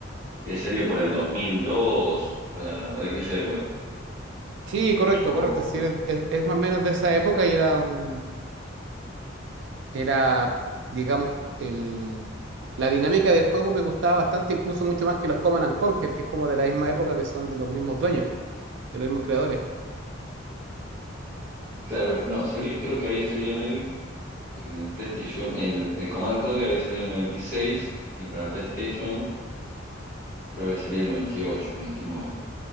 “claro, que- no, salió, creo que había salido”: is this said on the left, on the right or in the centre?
Right